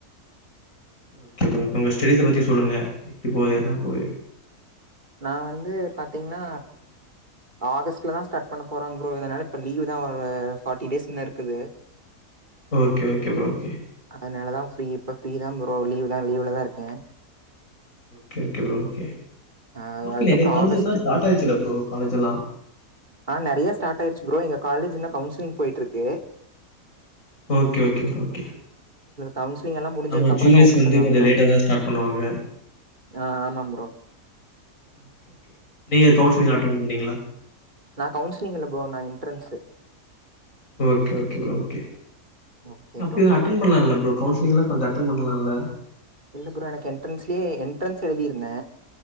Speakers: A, on the left; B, on the right.
A: ஓகே ப்ரோ இப்ப உங்க ஸ்டெடிஸ் பத்தி சொ சொல்லுங்க எப்படி போது என்ன போது
B: நா வந்து பாத்தீங்னா ஆகஸ்ட்ல தா ஸ்டார்ட் பண்ண போறாங்க ப்ரோ அதனால இப்ப லீவ் தா ஒரு ஃபாட்டி டேஸ் இன்னு இருக்குது.
A: ஓகே ஓகே பா ஓகே
B: அதனாலதா ஃப்ரீ இப்ப ஃப்ரீதா ப்ரோ லீவ்தா லீவ்லதா இருக்கே
A: கே ஓகே ப்ரோ ஓகே
B: அது
A: மோஸ்ட்லி
B: அதுக்கப்புறம்
A: நெறய காலேஜஸ்லா
B: ஆகஸ்ட்
A: ஸ்டார்ட் ஆயிருச்சுல ப்ரோ காலேஜெல்லா
B: ஆஹ் நெறய ஸ்டாட்டாயிருச்சு புரோ, எங்க காலேஜ்ன கவுன்சிலிங் போயிட்டுருக்கு.
A: ஓகே ஓகே ப்ரோ ஓகே
B: கவுன்சிலிங்கல்லா முடிஞ்சதுக்கப்பறந்தா
A: ஆமா ஜூனியர்ஸ்க்கு
B: ஓஃபன்
A: வந்து
B: பண்ணுவாங்க
A: கொஞ்சோ
B: புரோ,
A: லேட்டா தா ஸ்டார்ட் பண்ணுவாங்க
B: அ ஆமாம் புரோ
A: ஓகே நீங்க கவுன்சிலிங் அட்டன் பண்ணிங்களா
B: நா கவுன்சிலிங் இல்ல ப்ரோ நா entrance
A: okay okay bro okay
B: okay
A: அப்பயு
B: bro
A: அட்டன் பண்ணலால புரோ கவுன்சு நீங்களா கொஞ்ச அட்டன் பண்லால
B: இல்ல புரோ எனக்கு என்ட்ரன்ஸ்லயே என்ட்ரன்ஸ் எழுதிருந்தே